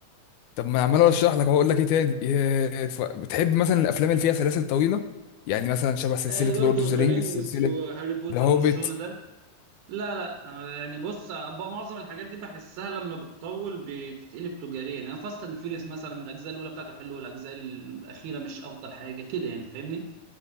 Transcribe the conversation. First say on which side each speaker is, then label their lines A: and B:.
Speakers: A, on the left; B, on the right.
A: طب ما عمال اشرح لك اقول لك ايه تاني إيه، اتف- بتحب مثلا الافلام اللي فيها سلاسل طويله يعني مثلا شبه سلسله
B: لورد
A: لورد
B: اوف
A: اوف ذا
B: ذا
A: رينجز
B: رينجز
A: سلسله
B: وهاري بوتر
A: ذا هوبيت
B: والشغل ده لا لا آه، يعني بص بقى معظم الحاجات دي بحسها لما بتطول بتتقلب تجاريا يعني فاست اند فيريوس مثلا الاجزاء الاولى بتاعته حلوه والاجزاء الاخيره مش افضل حاجه كده يعني فاهمني